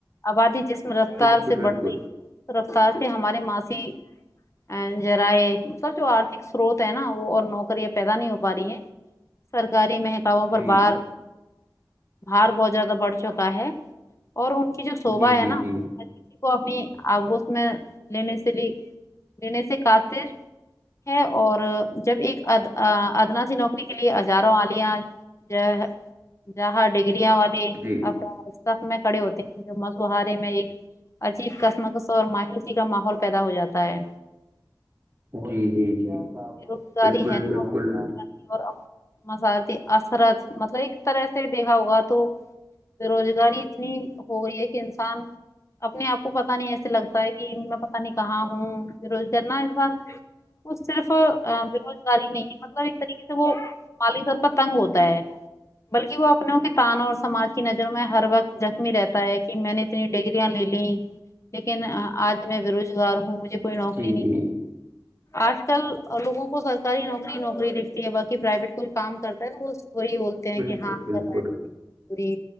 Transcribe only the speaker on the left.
آبادی جس رفتار
سے
بڑھ رہی ہے اس رفتار سے ہمارے ماسیی ا ذراع مطلب جو آرھک سروت ہے نا وہ اور نوکریاں پیدا نہیں ہو پا رہی ہیں سرکاری مہکاؤوں پر
بار بار بہت زیادہ بڑھ چکا ہے اور ان کی جو شوبا
ہے نا
اس کو اپنی آگوش میں لینے سے لینے سے کاسر ہے اور جب ایک اد ادناسی نوکری کے لیے ہزاروں آد جی جاہاں ڈگرییاں والے
ب میں کھڑے ہوتے ہیں جو مسوہارے میں ایک عجیب کسمکس اور مایوسی کا ماحول پیدا ہو جاتا ہے
بے روزگاری
ہے نا
اور مزارتی اثرت مطلب ایک طرح سے دیکھا ہوگا تو بے روزگاری اتنی ہو گئی ہے کہ انسان اپنے آپ کو پت نہیں ایسے لگتا ہے کہ میں پتاہ نہیں کہاں ہوں روز کرنا ایسا وہ صرف بے روزگاری نہیں ہے مطلب ایک طریقے سے وہ مالی طور پر تنگ ہوتا ہے بلکہ وہ اپنوں کے تانا اور سماج کی نظروں میں ہر وقت زخمی رہتا ہے کہ میں نے اتنی ڈگریاں لے لیں لیکن آج میں بے روزگار ہوں مجھے کوئی نوکری
نہیں
آج کل لوگو کو سرکاری نوکری نوکری دکھھتی ہے باقی پرائیویٹ کچھ کام کر <unintelligible> کہ
ہاں
کرا رہ موری